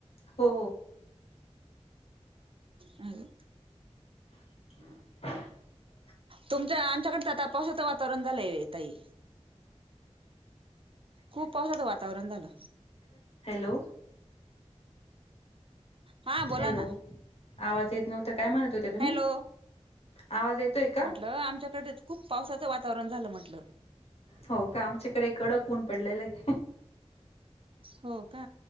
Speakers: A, on the left (about 60°); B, on the right (about 50°).
A: हो.
B: अं.
A: <unintelligible>
B: तुमच्यां आमच्यांकडं आंता पावसाचं वातांवरण झालंय ताई. खूंप पावसाचं वातांवरण झालं.
A: हॅलो!
B: हा बोला
A: हॅलो,
B: ना
A: आवाज येत नव्हता काय म्हणत होत्या तुम्ही?
B: हॅलो
A: आवाज येतोय का
B: म्हटलं आमच्याकडे खूप पावसाचं वातावरण झालं म्हटलं.
A: हो का आमच्याकडे कडक ऊन पडलेलं आहे.
B: हो का